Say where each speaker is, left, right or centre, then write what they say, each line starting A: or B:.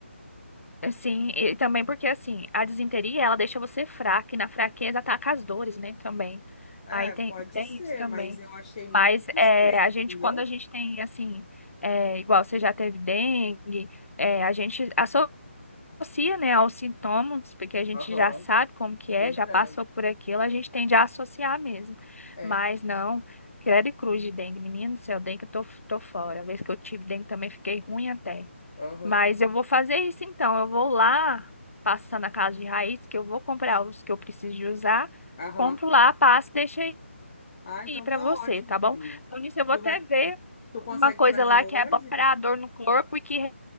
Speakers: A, on the left; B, on the left.
A: assim, e também porque assim, a disenteria ela deixa você fraca e na fraqueza ataca as dores, né, também.
B: É,
A: Aí tem,
B: pode
A: tem
B: ser,
A: isso também.
B: mas eu achei muito
A: Mas
B: suspeito,
A: é, a gente,
B: entendeu?
A: quando a gente tem assim, é, igual você já teve dengue, é, a gente associa, né, aos sintomas, porque a gente
B: Aham,
A: já sabe como que é,
B: verdade.
A: já passou por aquilo, a gente tende a associar mesmo.
B: É,
A: Mas não, credo e cruz de dengue. Menino do céu, dengue eu tô, tô fora. A vez que eu tive dengue também fiquei ruim até.
B: aham,
A: Mas eu vou fazer isso então. Eu vou lá, passar na casa de raiz, que eu vou comprar os que eu preciso de usar,
B: aham.
A: compro lá, passo e deixo aí
B: Ah, então
A: para
B: tá
A: você,
B: ótimo,
A: tá
B: prima.
A: bom? Então nisso eu vou
B: Tu
A: até
B: vai,
A: ver
B: tu consegue
A: uma coisa
B: trazer
A: lá
B: hoje?
A: que é bom para dor no corpo e que